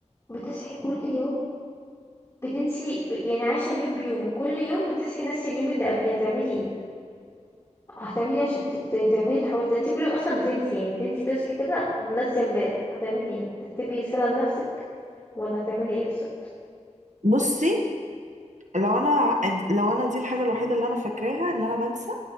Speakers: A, on the left; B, on the right.
A: بتصحي كل يوم بتنسي ب- يعني عايشة اليوم بيومه كل يوم بتصحي نفس اليوم اللي قبليه هتعملي ايه هتعملي ايه عشان ت- ت- تعملي الحوار ده انت كل يوم اصلا بتنسي يعني بتنسي تصحي كده ناسية امبارح هتعملي ايه تكتبي رسالة لنفسك ولا هتعملي ايه بالظبط
B: بصي لو انا لو انا دي الحاجه الوحيده اللي انا فاكراها ان انا بنسى